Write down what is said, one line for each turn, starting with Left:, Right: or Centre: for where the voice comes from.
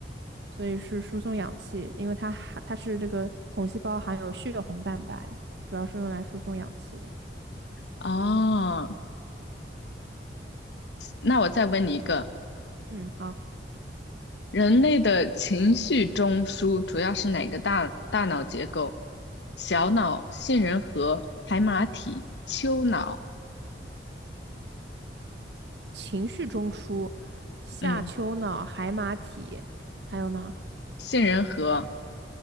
Right: 所以是输送氧气，因为它含它是这个红细胞含有血红蛋白，主要是用来输送氧气的。
Left: 啊，那我再问你一个，
Right: 嗯，好。
Left: 人类的情绪中枢主要是哪个大大脑结构？小脑、杏仁核、海马体、丘脑。
Right: 情绪中枢、下丘脑、
Left: 嗯，
Right: 海马体，还有呢，
Left: 杏仁核。